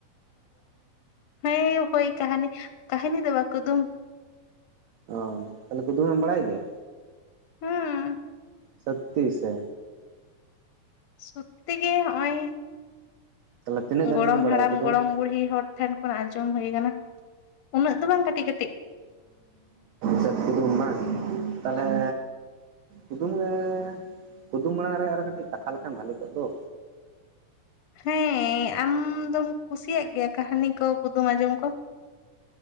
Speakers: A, on the left; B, on the right.
A: ᱦᱮᱸ ᱦᱳᱭ ᱠᱟᱹᱦᱱᱤ ᱠᱟᱹᱦᱱᱤ ᱫᱚ ᱵᱟ ᱠᱩᱫᱩᱢ᱾
B: ᱚᱻ ᱛᱟᱦᱚᱞᱮ ᱠᱩᱫᱩᱢᱮᱢ ᱵᱟᱲᱟᱭ ᱜᱮᱭᱟ?
A: ᱦᱩᱸ᱾
B: ᱥᱚᱛᱛᱤ ᱥᱮ?
A: ᱥᱚᱛᱛᱤ ᱜᱮ ᱦᱚᱜᱼᱚᱭ᱾
B: ᱛᱟᱦᱚᱞᱮ ᱛᱤᱱᱟᱹᱜ ᱜᱟᱱ
A: ᱜᱚᱲᱚᱢ
B: ᱵᱤᱱ ᱵᱟᱲᱟᱭᱟ
A: ᱦᱟᱲᱟᱢ
B: ᱠᱩᱫᱩᱢ
A: ᱜᱚᱲᱚᱢ ᱵᱩᱲᱦᱤ ᱦᱚᱲ ᱴᱷᱮᱱ ᱠᱷᱚᱱ ᱟᱸᱡᱚᱢ ᱦᱩᱭ ᱟᱠᱟᱱᱟ᱾ ᱩᱱᱟᱹᱜ ᱫᱚ ᱵᱟᱝ ᱠᱟᱹᱴᱤᱡ, ᱠᱟᱹᱴᱤᱡ᱾
B: ᱪᱮᱫ ᱠᱩᱫᱩᱢ ᱵᱟᱝ ᱛᱟᱦᱚᱞᱮ ᱠᱩᱫᱩᱢ ᱨᱮ ᱠᱩᱫᱩᱢ ᱢᱟᱲᱟᱝ ᱨᱮ ᱟᱨ ᱠᱟᱹᱴᱤᱡ ᱠᱟᱛᱷᱟ ᱞᱮᱠᱷᱟᱱ ᱵᱷᱟᱜᱮ ᱠᱚᱜ ᱫᱚ᱾
A: ᱦᱮᱸ ᱟᱢᱫᱚᱢ ᱠᱩᱥᱤᱭᱟᱜ ᱜᱮᱭᱟ ᱠᱟᱹᱦᱱᱤ ᱠᱚ ᱠᱩᱫᱩᱢ ᱟᱸᱡᱚᱢ ᱠᱚ?